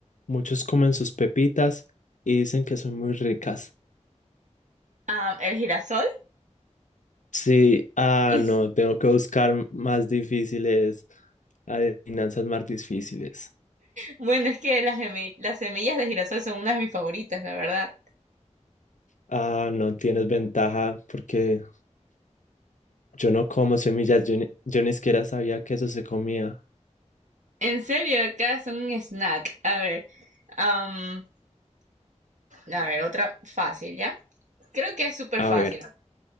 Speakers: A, on the left (about 85°); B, on the right (about 80°).
A: Muchos comen sus pepitas y dicen que son muy ricas.
B: Ah, el girasol.
A: Sí, ah,
B: <laughs>
A: no, tengo que buscar más difíciles, adivinanzas más difíciles.
B: Bueno, es que las, geme- las semillas de girasol son una de mis favoritas, la verdad.
A: Ah, no tienes ventaja porque yo no como semillas, yo ni, yo ni siquiera sabía que eso se comía.
B: En serio, acá son un snack. A ver, am, a ver, otra fácil, ¿ya? Creo que es súper
A: A
B: fácil.
A: ver,